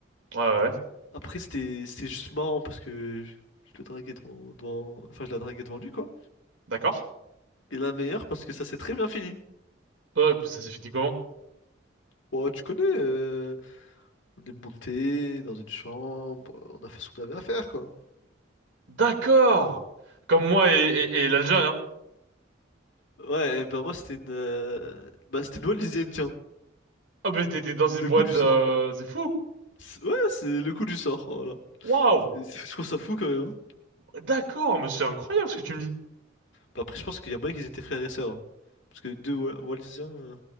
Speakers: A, on the right (about 75°); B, on the left (about 75°).
A: ouais, ouais. ouais.
B: Après, c'était c'était juste marrant parce que je, je le draguais devant, devant- Enfin, je la draguais devant lui, quoi.
A: D'accord.
B: Et la meilleure parce que ça s'est très bien fini.
A: Ouais, puis ça s'est fini comment?
B: Ouais, tu connais, euh, on est monté dans une chambre, on a fait ce qu'on avait à faire, quoi.
A: D'accord! Comme moi et, et, et l'Algérien.
B: Ouais, bah moi, c'était une... euh, Bah, c'était une bonne tiens.
A: Ah, mais t'étais dans une
B: Le
A: boîte,
B: coup du sort,
A: euh,
B: frère.
A: c'est fou!
B: C'est- Ouais, c'est le coup du sort, voilà.
A: Waouh!
B: C'est- c'est- Je trouve ça fou, quand même. hein.
A: D'accord, mais c'est incroyable ce que tu me dis.
B: Bah, après, je pense qu'il y a moyen qu'ils étaient frères et sœurs. hein. Parce que deux Wa- Wallisiens, euh,